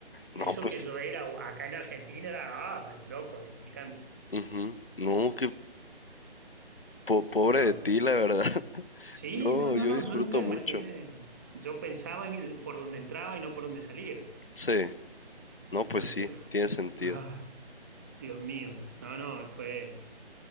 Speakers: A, on the right; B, on the left.
A: Y
B: No,
A: eso
B: pues.
A: que yo era, acá en Argentina, era, ah, el loco del picante.
B: ujú. No, qué po- pobre
A: No.
B: de ti, la verdad. <laughs>
A: Sí,
B: Yo,
A: no, no,
B: yo
A: no,
B: disfruto
A: yo nunca imaginé.
B: mucho.
A: Yo pensaba en el- por donde entraba y no por donde salía.
B: Sí. No,
A: Entonces,
B: pues sí,
A: uf,
B: tiene sentido.
A: ah, Dios mío, no, no, fue